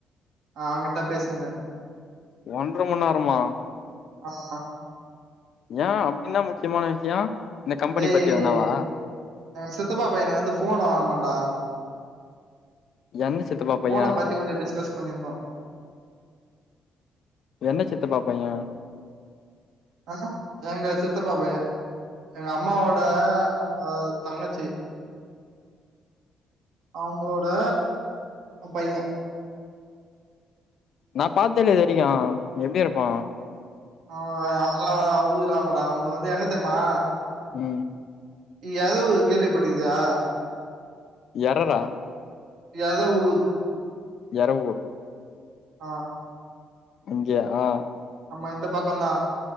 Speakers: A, on the right (about 85°); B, on the left (about 65°).
A: அவங்கிட்ட பேசிருந்தே
B: ஒன்ற மணி நேரமா
A: அ ஆ
B: ஏ அப்டி என்னா முக்கியமான விஷ்யோ இந்த கம்பெனி
A: டேய்
B: பத்தி எதுனாவா
A: எங்க சித்தப்பா பையனுக்கு வந்து ஃபோன் வாங்கனுமாடா
B: எந்த சித்தப்பா
A: ஃபோனை
B: பைய
A: பத்தி கொஞ்சம் டிஸ்கஸ் பண்ணியிருந்தோம்
B: எந்த சித்தப்பா பைய
A: அ எங்க சித்தப்பா பைய எங்க அம்மாவோட அ தங்கச்சி அவங்களோட பைய
B: நா பாத்தேல்லையே இதுவரைக்கு எப்டி இருப்போ
A: அவ அவல்லா வ ஊருலவரமாட்டா அவ வந்து எங்க தெரிமா
B: ம்
A: எரவு கேள்விப்பட்டிருக்கியா
B: எரரா
A: எரவுத்
B: எர ஊர்
A: ஆ
B: அங்க ஆ
A: ஆமா இந்த பக்கொந்தா